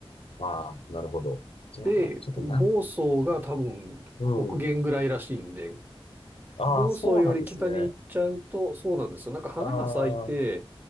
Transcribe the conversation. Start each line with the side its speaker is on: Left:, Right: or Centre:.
Left: ああ、なるほど。じゃあ、
Right: で、
Left: ちょっとな、
Right: 房総が多分北限ぐらいらしいんで、
Left: なうん。ああ、
Right: 房総より北に行っちゃうと、
Left: そうなんですね。
Right: そうなんですよ。なんか花が咲いて、
Left: ああ、